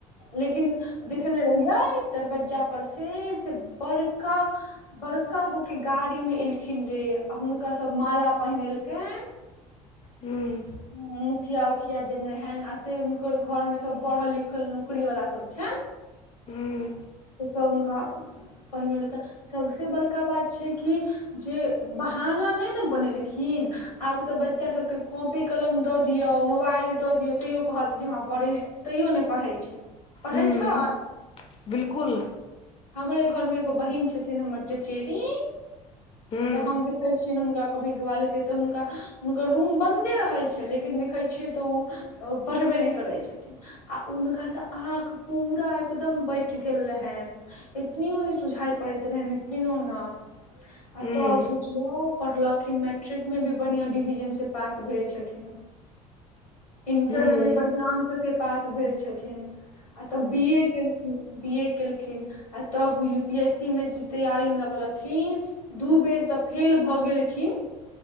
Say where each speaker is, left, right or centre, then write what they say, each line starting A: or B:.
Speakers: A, on the left (about 85°); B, on the left (about 30°).
A: लेकिन देखने रहियै दरवज्जा पर से से बड़का बड़का गो के गाड़ी मे एलखिन रे आ हुनका सब माला पहिनेलकैन <inaudible>
B: हूँ
A: ह मुखिया उखिया जेन रहेन आ से हुनकर घरमे सब पढ़ल लिखल नौकरी वाला सब छै
B: हूँ
A: सब हुनका पहिने लि क सबस बड़का बात छै कि जे बहाना नहि ने बनेलखिन आब तऽ बच्चा सबके कॉपी कलम दऽ दियौ मोबाइल दऽ दियौ तैयो कहत जे हँ पढ़े तैयो नय पढ़ै छै पढ़ै
B: हूं
A: छै
B: बिलकुल
A: हमरे घर मे एगो बहिन छथिन हमर चचेरी
B: हूं
A: तऽ हम देखय छियनि हुनका कभी कभालके तऽ हुनका हुनकर रूम बन्दे रहैत छै लेकिन देखैत छियै तऽ ओ पढ़बे नहि करैत छथिन आ हुनका त आँख पूरा एकदम बैठ गेल रहैन एतनीयो नय सुझाय पड़ैत रहन इतनीयो नय आ
B: हूं
A: तब सोचियौ पढ़लखिन मैट्रिक मे भी बढ़ियाँ डिविजनसँ पास भेल छथिन इंटर
B: हूं हूं
A: मे भी बढ़ियाँ अंक स पास भेल छथिन आ तऽ बी ए केलखिन बी ए केलखिन आ तब यू पी एस सी मे जे तैयारी मे लगलखिन दू बेर तऽ फेल भऽ गेलखिन